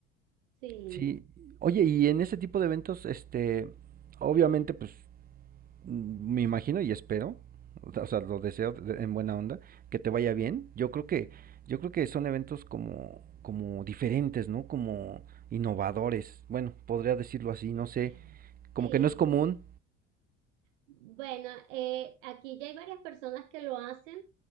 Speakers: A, on the right (about 75°); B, on the right (about 25°).
A: Sí,
B: Sí, oye, y en ese tipo de eventos, este, obviamente, pues, mm, me imagino y espero, o sea, lo deseo de- en buena onda, que te vaya bien. Yo creo que, yo creo que son eventos como, como diferentes, ¿no? Como innovadores. Bueno, podría decirlo así, no
A: <laughs>
B: sé, como
A: sí.
B: que no es común.
A: Bueno, eh, aquí ya hay varias personas que lo hacen.